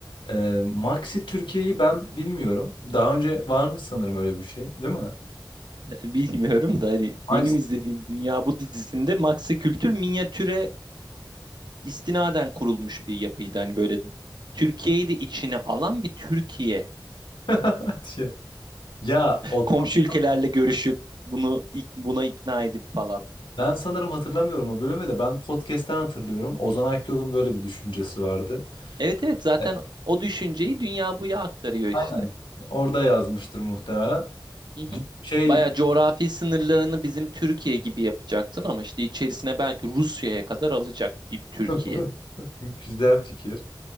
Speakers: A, on the left; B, on the right.
A: e, Maxi Türkiye'yi ben bilmiyorum. Daha önce varmış sanırım öyle bir şey, değil mi?
B: <laughs> Bilmiyorum da hani
A: Maxi
B: benim izlediğim Dünya bu dizisinde Maxi Kültür minyatüre istinaden kurulmuş bir yapıydı. Hani böyle Türkiye'yi de içine alan bir Türkiye.
A: <laughs> diye. Ya Ozan,
B: Komşu ülkelerle görüşüp bunu buna ikna edip falan.
A: ben sanırım hatırlamıyorum o bölümü de ben podcast'ten hatırlıyorum. Ozan Akyol'un böyle bir düşüncesi vardı.
B: Evet evet zaten
A: E,
B: o düşünceyi dünya buya aktarıyor işte.
A: Aynen. Orada yazmıştır muhtemelen.
B: Hı hı.
A: Şey
B: Bayağı coğrafi sınırlarını bizim Türkiye gibi yapacaksın ama işte içerisine belki Rusya'ya kadar alacak bir Türkiye.
A: <laughs> güzel fikir.